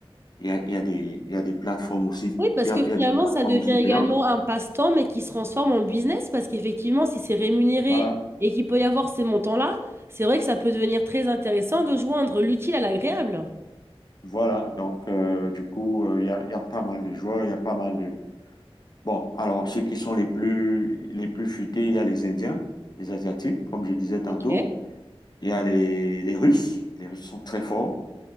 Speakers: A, on the left; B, on the right.
A: Il y a, il y a des, il y a des plateformes aussi,
B: Oui, parce
A: il y a,
B: que
A: il y a
B: finalement,
A: des plateformes
B: ça devient
A: aussi
B: également
A: payantes.
B: un passe-temps, mais qui se transforme en business, parce qu'effectivement, si c'est rémunéré
A: Voilà.
B: et qu'il peut y avoir ces montants-là, c'est vrai que ça peut devenir très intéressant de joindre l'utile à l'agréable.
A: Voilà, donc euh, du coup, euh, il y a, il y a pas mal de joueurs, il y a pas mal de... Bon, alors ceux qui sont les plus, les plus futés, il y a les Indiens, les Asiatiques, comme je disais tantôt,
B: Ok,
A: il y a les, les Russes, les Russes sont très forts,